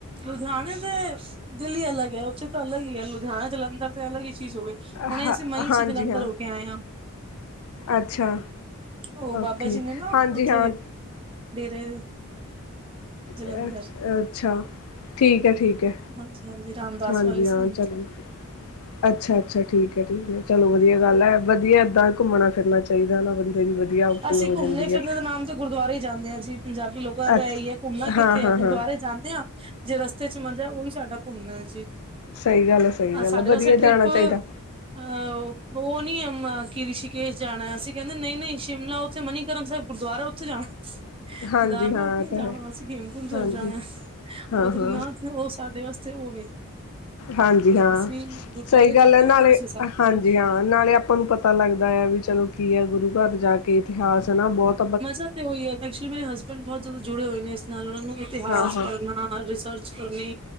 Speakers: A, on the right (about 25°); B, on the left (about 75°).
A: ਲੁਧਿਆਨੇ ਦੇ, ਦਿੱਲੀ ਅਲਗ ਐ ਓਥੇ ਤੇ ਅਲਗ ਈ ਐ ਲੁਧਿਆਨੇ, ਜਲੰਧਰ ਤੇ ਅਲਗ ਈ ਚੀਜ਼ ਹੋਗੇ, ਹੁਨੇ
B: ਹਾਂ
A: ਅਸੀਂ ਮਈ
B: ਹਾਂਜੀ
A: ਚ ਜਲੰਧਰ
B: ਹਾਂ
A: ਹੋ ਕੇ ਆਏ ਆਂ।
B: ਅੱਛਾ
A: ਓ
B: ਓਕੇ
A: ਬਾਬਾ ਜੀ ਨੇ ਨਾ
B: ਹਾਂਜੀ
A: ਓਥੇ
B: ਹਾਂ
A: ਡੇਰੇ ਜਲੰਧਰ
B: ਅ ਅੱਛਾ, ਠੀਕ ਐ ਠੀ ਕੈ,
A: ਹਾਂਜੀ ਹਾਂਜੀ ਰਾਮਦਾਸ
B: ਹਾਂਜੀ
A: ਵਾਲੇ
B: ਹਾਂ
A: ਸੰਤ
B: ਚਲੋ ਅੱਛਾ-ਅੱਛਾ ਠੀਕ ਐ-ਠੀਕ ਐ ਚਲੋ ਵਦੀਆ ਗੱਲ ਐ ਵਦੀਆ ਏਦਾਂ ਘੁੰਮਣਾ ਫਿਰਨਾ ਚਾਈਦਾ ਨਾ ਬੰ ਦੀ ਵਦੀਆ ਆਊਟਿੰਗ
A: ਅਸੀਂ
B: ਹੋ ਜਾਂਦੀ
A: ਘੁੰਮਣੇ ਫਿਰਦੇ
B: ਐ।
A: ਦੇ ਨਾਮ ਤੇ ਗੁਰਦੁਆਰੇ ਈ ਜਾਂਦੇ ਆ ਅਸੀਂ ਪੰਜਾਬੀ ਲੋਕ ਜਾਦਾ
B: ਅੱਛ
A: ਐਈ ਆ ਘੁੰਮਨਾ
B: ਹਾਂ
A: ਕਿੱਥੇ
B: ਹਾਂ
A: ਆ ਗੁਰਦੁਆਰੇ
B: ਹਾਂ
A: ਜਾਂਨੇ ਆ ਜੇ ਰਸਤੇ ਚ ਮਜਾ ਓਈ ਸਾਡਾ ਘੁੰਮਨਾ ਜੀ।
B: ਸਈ ਗੱਲ ਐ-ਸਈ ਗੱਲ
A: ਸਾਡੇ
B: ਐ ਵਦੀਆ
A: ਵਾਸਤੇ ਟ੍ਰਿਪ
B: ਜਾਨਾ ਚਾਈਦਾ।
A: ਅਹ ਓ ਨੀ ਆ ਕੇ ਰਿਸ਼ੀਕੇਸ਼ ਜਾਨਾ ਅਸੀਂ ਕੈਂਦੇ ਨਈਂ-ਨਈਂ। ਸ਼ਿਮਲਾ ਓਥੇ ਮਨੀਕਰਨ ਸੈਬ ਗੁਰਦੁਆਰਾ ਓਥੇ ਜਾਨਾ।
B: ਹਾਂਜੀ
A: ਕੇਦਾਰਨਾਥ
B: ਹਾਂ ਇਹ
A: ਨੀ
B: ਤਾਂ
A: ਜਾਨਾ
B: ਹੈ
A: ਅਸੀ ਹੇਮਕੁੰਟ ਸੈਬ
B: ਹਾਂਜੀ
A: ਜਾਨਾ।
B: ਹਾਂ
A: ਬਦਰੀਨਾਥ
B: ਹਾਂ
A: ਓ ਸਾਡੇ ਵਾਸਤੇ ਓ ਵੇ
B: ਹਾਂਜੀ ਹਾਂ,
A: ਅਸੀਂ ਗੁਰਦੁਆਰੇ
B: ਸਈ ਗੱਲ
A: ਜਾਂਦੇ
B: ਐ ਨਾਲੇ,
A: ਹਾਂ ਤੇ ਉਸ ਹਿਸਾਬ
B: ਹਾਂਜੀ
A: ਨਾਲ
B: ਹਾਂ। ਨਾਲੇ ਆਪਾਂ ਨੂੰ ਪਤਾ ਲੱਗਦਾ ਘ ਵੀ ਚਲੋ ਕੀ ਐ ਗੁਰੂ ਘਰ ਜਾ ਕੇ ਇਤਿਹਾਸ ਐ ਨਾ ਬੋਤ
A: ਮਜ਼ਾ ਤੇ ਓਈ ਐ ਐਕਚੁਲੀ ਮੇਰੇ ਹਸਬੈ ਬ ਬੋਤ ਜਾਦਾ ਜੁੜੇ ਹੋਏ ਨੇ ਇਸ ਨਾਲ ਓਨਾਂ ਨੂੰ ਇਤਿਹਾਸ
B: ਹਾਂ ਹਾਂ
A: ਪੜਨਾ ਰਿਸਰਚ ਕਰਨੀ